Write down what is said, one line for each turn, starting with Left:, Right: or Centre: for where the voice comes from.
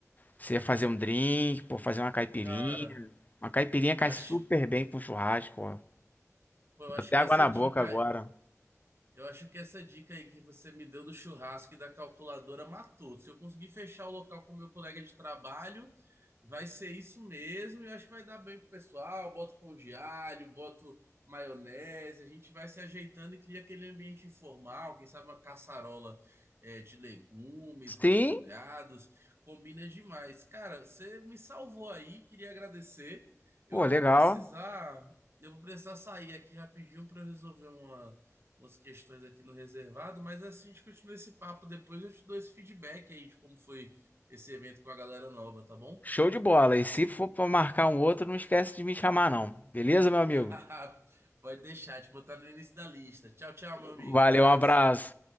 Left: se é fazer um drink, pô, fazer uma caipirinha.
Right: Cara,
Left: Uma caipirinha cai
Right: eu acho,
Left: super bem com churrasco, ó. Deu
Right: pô, eu acho
Left: até
Right: que
Left: água
Right: essa
Left: na boca
Right: dica
Left: agora.
Right: Eu acho que essa dica aí que você me deu do churrasco e da calculadora matou. Se eu conseguir fechar o local com o meu colega de trabalho, vai ser isso mesmo. E eu acho que vai dar bem pro pessoal. Boto pão de alho, boto maionese. A gente vai se ajeitando e cria aquele ambiente informal. Quem sabe uma caçarola é, de legumes
Left: Sim,
Right: refogados. Combina demais. Cara, você me salvou aí. Queria agradecer. Eu
Left: pô,
Right: vou
Left: legal.
Right: precisar. Eu vou precisar sair aqui rapidinho para resolver uma umas questões aqui no reservado, mas é assim a gente continua esse papo depois. Eu te dou esse feedback aí de como foi esse evento com a galera nova, tá bom?
Left: Show de bola. E se for pra marcar um outro, não esquece de me chamar, não. Beleza, meu
Right: <laughs>
Left: amigo?
Right: Pode deixar, te botar no início da lista. Tchau, tchau, meu amigo.
Left: Valeu,
Right: Abraço.
Left: um abraço.